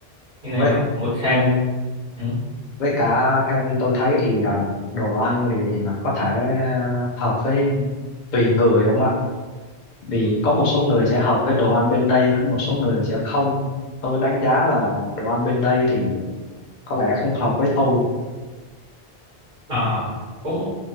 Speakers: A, on the right; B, on the left.
A: như nào
B: với
A: muốn xem ừ.
B: với cả theo như tôi thấy thì ờ, đồ ăn thì có thể ờ, hợp với tùy người không ạ vì có một số người sẽ hợp với đồ ăn bên đây có một số người sẽ không tôi đánh giá là đồ ăn bên đây thì có lẽ không hợp với tôi
A: à, cũng